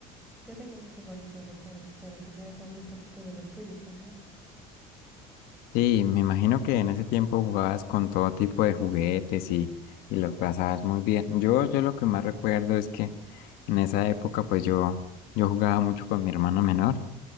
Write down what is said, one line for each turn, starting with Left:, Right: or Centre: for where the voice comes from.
Centre: Yo tengo muchos bonitos recuerdos, pero quisiera saber un poquito de los tuyos también.
Left: Sí, me imagino que en ese tiempo jugabas con todo tipo de juguetes y, y lo pasabas muy bien. Yo, yo lo que más recuerdo es que en esa época pues yo, yo jugaba mucho con mi hermano menor.